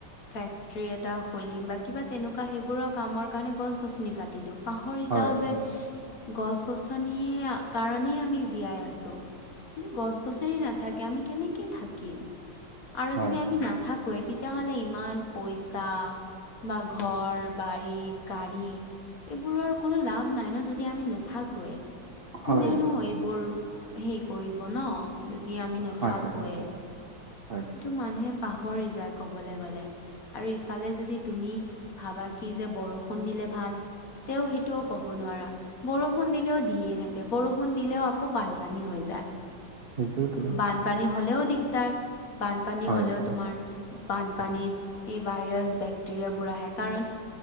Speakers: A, on the left (about 45°); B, on the right (about 80°).
A: ফেক্টৰি এটা খুলিম। বা কিবা তেনেকুৱা সেইবোৰৰ কামৰ কাৰণে গছ গছনি কাটি দিওঁ পাহৰি
B: হয়
A: যাও যে। গছ-গছনিয়ে কাৰণেই আমি জীয়াই আছো। যদি গছ গছনি নাথাকে আমি কেনেকে থাকিম আৰু
B: হয়
A: যদি আমি নাথাকো। কৈ তেতিয়াহ'লে ইমান পইচা। বা ঘৰ বাৰী গাড়ী। এইবোৰৰ কোনো লাভ নাই ন যদি আমি নাথাকোৱে
B: হয়
A: কোনেনো এইবোৰ হেৰি কৰিব নহঁ যদি আমি নাথাকোৱে
B: হয় হয় হয়
A: সেইটো মানুহে পাহৰি যায় ক'বলৈ গলে আৰু ইফালে যদি তুমি ভাবা কি যে বৰষুণ দিলে ভাল। তেওঁ সেইটোও কব নোৱাৰা, বৰষুণ দিলেও দিয়েই থাকে, বৰষুণ দিলেও আকৌ বানপানী হৈ যায়।
B: সেইটোতো
A: বানপানী হলেও দিগদাৰ বানপানী
B: হয়
A: হলেও
B: হয়
A: তোমাৰ বানপানীত সেই ভাইৰাছ বেক্টেৰিয়াবোৰ আহে কাৰণ